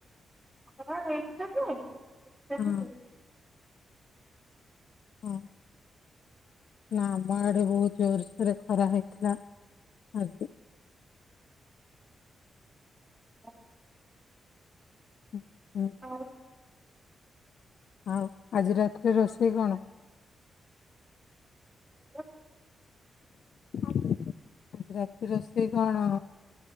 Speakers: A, in the centre; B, on the left.
A: ଖରାପ ହେଇଥିଲା ଏତେ
B: ହଁ
A: ବି ନୁହେଁ।
B: ହଁ। ନା ଆମ ଆଡେ ବହୁତ ଜୋରସୋରେ ଖରା ହେଇଥିଲା ଆଜି।
A: ହ।
B: ହଁ ହୁଁ।
A: ହଉ।
B: ଆଉ ଆଜି ରାତିରେ ରୋଷେଇ କଣ‌।
A: ରହୁଛି।
B: ଆଜି ରାତି ରୋଷେଇ କଣ।